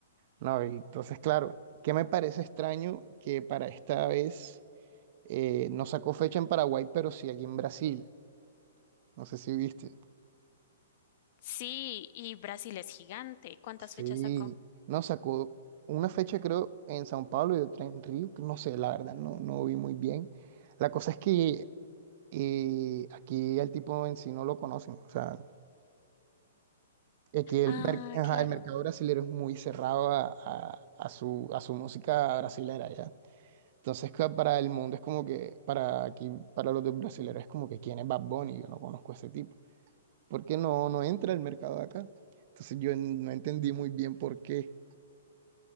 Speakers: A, on the right; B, on the left.
A: no, y entonces, claro, ¿qué me parece extraño que para esta vez eh, no sacó fecha en Paraguay, pero sí aquí en Brasil? No sé si viste.
B: Sí, y Brasil es gigante. ¿Cuántas
A: Sí,
B: fechas sacó?
A: No, sacó una fecha creo en Sao Paulo y otra en Río, que no sé, la verdad, no, no vi muy bien. La cosa es que eh, aquí al tipo en sí no lo conocen, o sea, Y aquí el,
B: Ah,
A: mer- ajá,
B: claro.
A: el mercado brasilero es muy cerrado a, a- a su, a su música brasilera, ¿ya? Entonces, ca- para el mundo es como que, para aquí, para los brasileros es como que, ¿quién es Bad Bunny? Yo no conozco a ese tipo. ¿Por qué no, no entra al mercado de acá? Entonces, yo en- no entendí muy bien por qué.